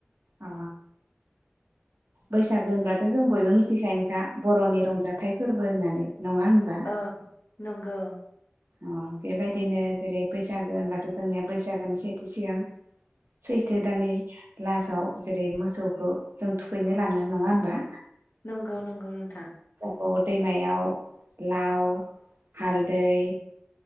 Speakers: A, on the right; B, on the left.
A: अ बैसागो होनबथ' जों बयबो मिथिखायोनखा बर'नि रंजाथाइ फोरबो होननानै नङा होनबा
B: औ नंगौ
A: अ बेबायदिनो जेरै बैसागो होनब्लाथ' जोंनिया बैसागोनि सेथि सिगां सैथो दाननि लासाव जेरै मोसौखौ जों थुखैनो लाङो नङा होनबा।
B: नंगौ नंगौ नोंथां
A: अ दैमायाव लाव हालदै